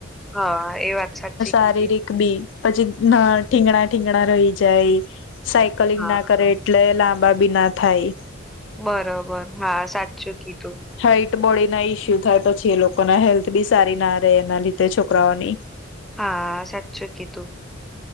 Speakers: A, in the centre; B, on the left.
A: હા એ વાત સાચી.
B: શારીરિક
A: કીધી
B: બી પછી ના ઠીંગણા ઠીંગણા રહી જાય. સાયકલિંગ
A: હા
B: ના કરે એટલે લાંબ બી ના થાય.
A: બરોબર હા સાત. જોકી તો
B: હાઈટ બોડી ના ઈસ્યુ થાય પછી એ લોકો ના હેલ્થ બી સારી ના રહે એના લીધે છોકરાઓની.
A: હા સાચું કીધું.